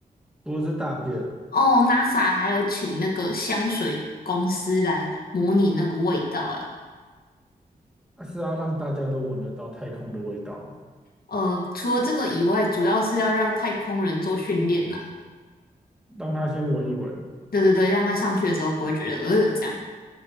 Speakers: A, in the centre; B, on the left (about 75°).
A: 不是大便哦，
B: 哦，NASA 还有请那个香水公司来模拟那个味道，
A: 而是要让大家都闻得到太空的味道啊。
B: 呃，除了这个以外，主要是要让太空人做训练啦。
A: 让他先闻一闻。
B: 对对对，让他上去的时候不会觉得呃这样。